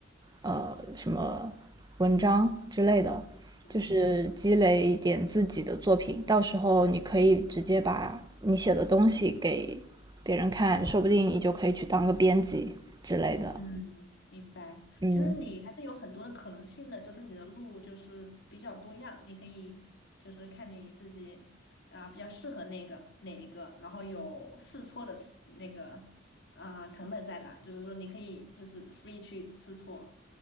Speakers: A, on the right; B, on the left.
A: 呃，什么文章之类的。
B: 嗯。
A: 就是积累一点自己的作品，到时候你可以直接把你写的东西给别人看，说不定你就可以去当个编辑之类的。
B: 嗯，明白。
A: 嗯，
B: 其实你还是有很多的可能性的，就是你的路就是比较多样，你可以就是看你自己啊、比较适合那个哪一个，然后有试错的那个嗯、呃成本在哪，就是说你可以就是 free 去试错。